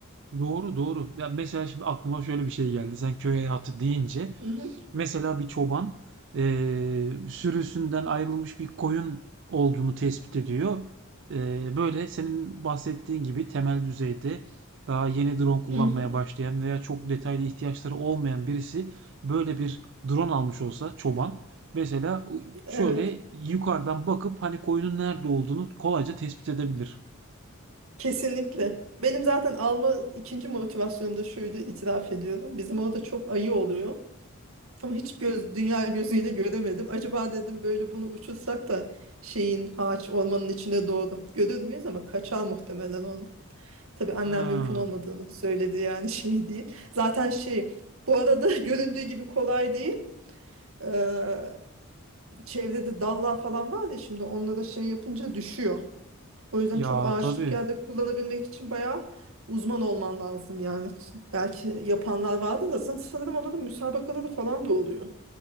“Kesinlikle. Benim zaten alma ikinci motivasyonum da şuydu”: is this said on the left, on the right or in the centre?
Right